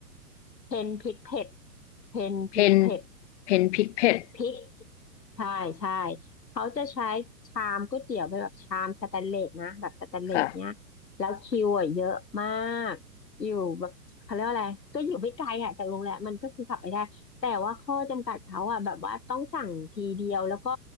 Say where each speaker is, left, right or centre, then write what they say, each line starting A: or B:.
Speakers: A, on the left; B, on the left.
A: เพนพริกเผ็ดเพนพริกเผ็ด
B: เพนเพนพิกเพด
A: พริกใช่ใช่เขาจะใช้ชามก๋วยเตี๋ยวเป็นแบบชามสแตนเลสนะแบบสแตนเลสเนี้ยแล้วคิวอ่ะเยอะมาก
B: ค่ะ
A: อยู่แบบเขาเรียกว่าอะไรก็อยู่ไม่ไกลอ่ะจากโรงแรมมันก็คือขับไปได้แต่ว่าข้อจำกัดเขาอ่ะแบบว่าต้องสั่งทีเดียวแล้วก็